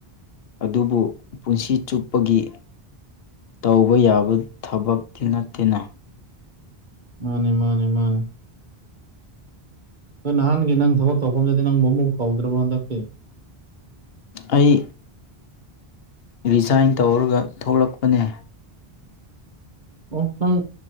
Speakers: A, on the left; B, on the right.
A: ꯑꯗꯨꯕꯨ ꯄꯨꯟꯁꯤ ꯆꯨꯞꯄꯒꯤ ꯇꯧꯕ ꯌꯥꯕ ꯊꯕꯛꯇꯤ ꯅꯠꯇꯦꯅꯦ
B: ꯃꯥꯅꯦ ꯃꯥꯅꯦ ꯃꯥꯅꯦ ꯑ ꯅꯍꯥꯟꯒꯤ ꯅꯪ ꯊꯕꯛ ꯇꯧꯐꯝꯗꯗꯤ ꯅꯪꯕꯨ ꯑꯃꯨꯛ ꯀꯧꯗ꯭ꯔꯕꯣ ꯍꯟꯗꯛꯇꯤ
A: ꯑꯩ ꯔꯤꯖꯥꯏꯟ ꯇꯧꯔꯒ ꯊꯣꯛꯂꯛꯄꯅꯦ
B: ꯑꯣ ꯅꯪ